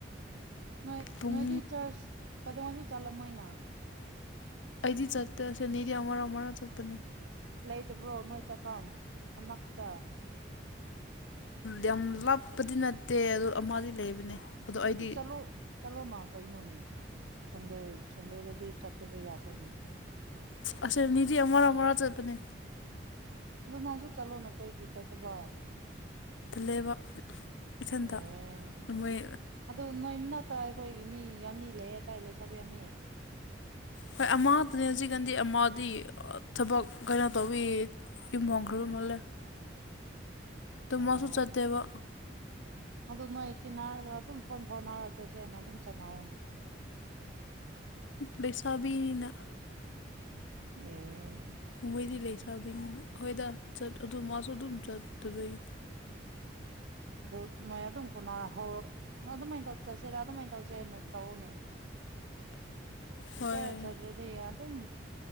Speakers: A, on the right (about 75°); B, on the left (about 80°).
A: ꯅꯣꯏ
B: ꯄꯨꯡ
A: ꯅꯣꯏꯗꯤ ꯆꯔꯆ ꯀꯩꯗꯧꯉꯩꯁꯨ ꯆꯠꯂꯝꯃꯣꯏꯅ
B: ꯑꯩꯗꯤ ꯆꯠꯇ‌ꯦ ꯁꯅꯤꯗꯤ ꯑꯃꯔꯛ ꯑꯃꯔꯛ ꯆꯠꯄꯅꯦ
A: ꯂꯩꯇꯕ꯭ꯔꯣ ꯅꯣꯏ ꯆꯥꯐꯝ ꯑꯅꯛꯄꯗ
B: ꯌꯥꯝ ꯂꯥꯞꯄꯗꯤ ꯅꯠꯇꯦ ꯑꯗꯨ ꯑꯃꯗꯤ ꯂꯩꯕꯅꯦ ꯑꯗꯣ ꯑꯩꯗꯤ
A: ꯑꯗꯨ ꯆꯠꯂꯣ ꯆꯠꯂꯣꯅꯥ ꯀꯩꯅꯣꯅꯦ ꯁꯟꯗꯦ ꯁꯟꯗꯦꯗꯗꯤ <unintelligible> ꯆꯠꯂꯁꯨ ꯌꯥꯏ ꯀꯩꯅ‌ꯣ
B: ꯑꯁ‌ꯦꯝꯅꯤꯗꯤ ꯑꯃꯔꯛ ꯑꯃꯔꯛ ꯆꯠꯄꯅꯦ
A: ꯑꯗꯨ ꯅꯪꯁꯨ ꯆꯠꯂꯣꯅ ꯀꯩꯒꯤ ꯆꯠꯇꯕ
B: ꯂꯩꯕ ꯏꯊꯟꯇ
A: ꯑꯦ
B: ꯃꯣꯏ
A: ꯑꯗꯣ ꯅꯣꯏ ꯃꯅꯥꯛꯇ ꯑꯩꯈꯣꯏꯒꯤ ꯃꯤ ꯑꯅꯤ ꯂꯩ ꯑꯋꯥꯏ ꯂꯩ ꯆꯕꯤ ꯌꯥꯅꯤ
B: ꯍꯣꯏ ꯑꯃꯗꯅꯦ ꯍꯧꯖꯤꯛꯀꯥꯟꯗꯤ ꯑꯃꯗꯤ ꯊꯕꯛ ꯀꯩꯅꯣ ꯇꯧꯋꯤ ꯌꯨꯝ ꯍꯣꯡꯈ꯭ꯔꯕ ꯃꯜꯂꯦ ꯇꯃ
A: ꯑꯣ
B: ꯆ ꯇꯕ
A: ꯑꯗꯨ ꯅꯣꯏ ꯆꯤꯟꯅꯅꯥꯔꯒ ꯑꯗꯨꯝ ꯐꯣꯟ ꯐꯣꯟ ꯍꯥꯏꯅꯥꯔꯒ ꯆꯠꯁꯦ ꯑꯩꯅ ꯑꯗꯨꯝ ꯆꯥꯟꯅꯍꯧꯅꯦ
B: ꯄꯩꯁꯥꯕꯤꯅ
A: ꯎꯝ
B: ꯃꯣꯡꯃꯩꯗꯤ ꯂꯩ ꯁꯥꯕꯅꯤꯅ ꯑꯩꯈꯣꯏꯗ ꯆꯠ ꯑꯗꯨ ꯃꯥꯁꯨ ꯑꯗꯨꯝ ꯆꯠꯇꯕꯒꯤ
A: ꯑꯗꯨ ꯅꯣꯏ ꯑꯗꯨꯝ ꯀ ꯍꯧꯔꯛ ꯅ ꯑꯗꯨꯃꯥꯏꯅ ꯇꯧ ꯆꯠꯁꯤꯔꯥ ꯑꯗꯨꯃꯥꯏꯅ ꯇꯧꯁꯦꯅ ꯇꯧꯔꯨꯅꯦ
B: <inaudible>
A: ꯆꯨ
B: ꯍꯣꯏ
A: ꯆꯔ ꯆꯗ꯭ꯔꯗꯤ ꯑꯗꯨꯝ